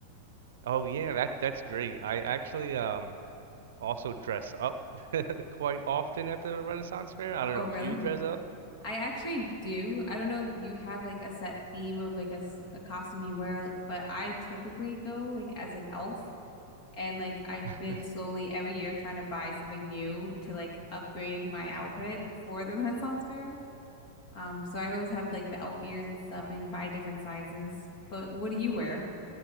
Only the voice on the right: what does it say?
Oh yeah, that's that's great. I actually um also dress up <laughs> quite often at the Renaissance Fair. I don't
know
if you dress up.
<laughs>